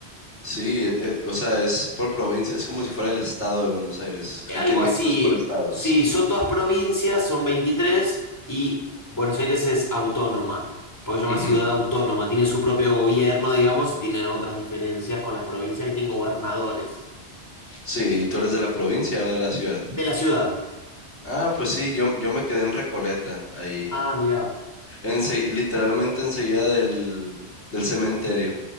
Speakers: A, on the left; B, on the left.
A: Sí, eh, o sea, es por provincia, es como si fuera el estado de Buenos Aires.
B: Eh,
A: Aquí
B: Algo
A: en
B: así.
A: México es por estados.
B: Sí, son todas provincias, son 23 y Buenos Aires es autónoma, porque se llama
A: Ujú.
B: ciudad autónoma, tiene su propio gobierno, digamos, y tienen otras diferencias con las provincias que tienen gobernadores
A: Sí, ¿y ¿tú eres de la provincia o de la ciudad?
B: de la ciudad.
A: Ah, pues sí, yo, yo me quedé en Recoleta, ahí.
B: Ah, mirá.
A: ense literalmente enseguida del, del cementerio.